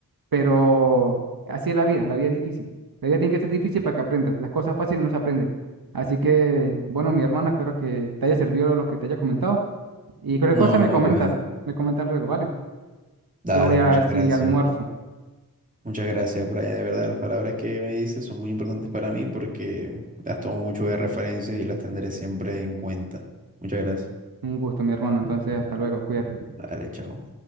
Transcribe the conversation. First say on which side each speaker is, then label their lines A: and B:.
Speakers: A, on the right; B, on the right.
A: pero así es la vida, la vida es difícil. La vida tiene que ser difícil para que aprendas. Las cosas fáciles no se aprenden. Así que, bueno, mi hermano, espero que te haya servido lo que te haya comentado. Y cualquier
B: no,
A: cosa me
B: muy
A: comentas,
B: bueno.
A: me comentas luego, ¿vale?
B: Dale,
A: Yo voy a
B: muchas
A: ver si
B: gracias.
A: almuerzo.
B: Muchas gracias, Brian. De verdad, las palabras que me dices son muy importantes para mí porque las tomo mucho de referencias y las tendré siempre en cuenta. Muchas gracias.
A: Un gusto, mi hermano. Entonces, hasta luego, cuídate.
B: Dale, chao.